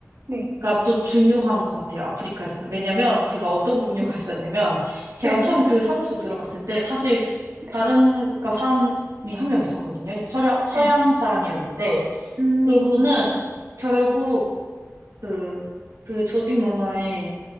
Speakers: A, on the right (about 45°); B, on the right (about 75°).
A: 네,
B: 또 중요한 것 같아요. 아프리카에서는. 왜냐면 제가 어떤 동료가 있었냐면 제가
A: 네,
B: 처음 그 사무소 들어갔을 때 사실
A: 네,
B: 다른 국가 사람이 한 명 있었거든요. 서양, 서양
A: 네,
B: 사람이었는데
A: 음,
B: 그분은 결국 그, 그 조직 문화에